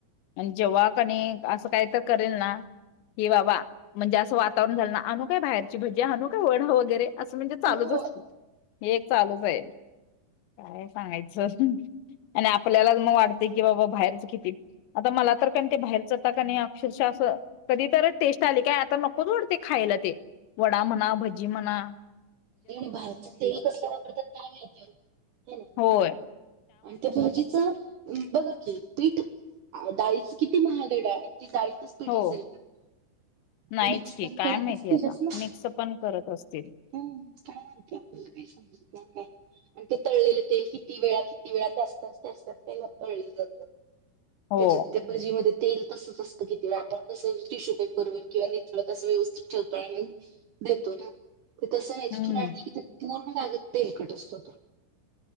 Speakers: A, on the left (about 85°); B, on the right (about 75°).
A: आणि जेंव्हा कणी असं कांहीं तरं करेल नां हे बाबां म्हणजे असं वातांवरण झालं नां अनूं कायं बाहेरची भजी आणूं कायं वणं वगैरें असं म्हणजे चालूंच
B: हो
A: असतं हे एक चालूंच आहे कायं सांगायचं आणि आपल्यांला मंग वाटते कि बाबां बाहेरचं किती आंता मलां तरं कोण ते बाहेर जातं कां नाहीं अक्षरशः असं कधीं तरं टेस्ट आली कायं आंता नकोच ढते खांयला ते वडां म्हणां भजी म्हणां
B: आणि बाहेरच तेल कसंला वापरतांत कायं माहिती आहे नां
A: होयं
B: आणि त्यां भाजीचा बघां की पीठ डाळीच किती महांगई डाळं आणि ती डाळीचं पीठ
A: हो
B: असेल कां
A: नाहीच
B: मिक्स
A: की
B: पणं
A: काय
B: करतं
A: माहिती
B: असतीलचं
A: आता
B: नां
A: मिक्स पण करत असतील
B: हम्मं कायं नाहीं कां कां समजां कायं आणि ते तळलेले तेल किती वेळांत वेळांत असतंच ते असतांत ते वा पळले जातं
A: हो
B: त्यांच्यात ते भजीमध्ये तेल तसंच असतं घेतं आपणं कसं उंच शकतोय पर्वर किंवा निथळ तसं व्यवस्थित ठेवतो आणि मं देतो नां ते तसं नाहीं
A: हम्म
B: तिथूंन आणलं की पूर्ण लागतं तेलकटं असतो तो